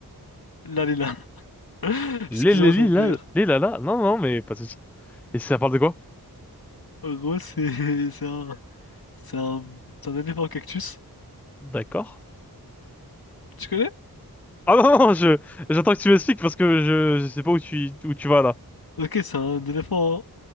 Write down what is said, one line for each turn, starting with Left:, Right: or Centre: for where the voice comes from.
Left: là, là. là. <laughs> Excuse-moi,
Centre: Les, les, les,
Left: ça me
Centre: la,
Left: fait rire.
Centre: les, la, la. Non, non, mais pas de souci. Et ça parle de quoi?
Left: En gros, c'est, <laughs> c'est un, c'est un, c'est un éléphant cactus.
Centre: D'accord.
Left: Tu connais?
Centre: Ah non, non, je, j'attends que tu m'expliques parce que je, je sais pas où tu, où tu vas là.
Left: Ok, c'est un éléphant